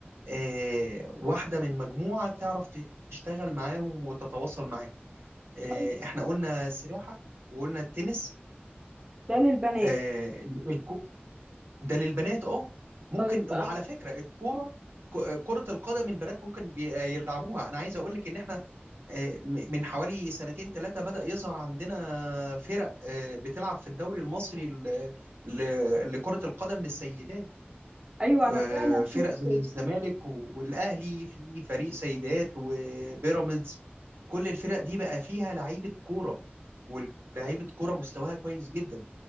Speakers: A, on the right (about 80°); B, on the right (about 25°).
A: آه، واحده من مجموعه تعرف تشتغل معاهم وتتواصل معاهم آه،
B: طيب،
A: احنا قلنا السباحه وقلنا التنس
B: ده للبنات
A: آه، الكورة ده للبنات اه ممكن
B: طيب
A: وعلى
B: أنا...
A: فكره الكوره ك- كرة القدم البنات ممكن بي- يلعبوها أنا عايز أقول لك إن إحنا آه، م- من حوالي سنتين ثلاثة بدأ يظهر عندنا فرق آه، بتلعب في الدوري المصري ل- ل- لكرة القدم للسيدات
B: ايوه انا
A: آه،
B: فعلا
A: فرق
B: شفت
A: زي الزمالك و- والأهلي في فريق سيدات وبيراميدز كل الفرق دي بقى فيها لعيبة كورة ولاعيبة كورة مستواها كويس جدا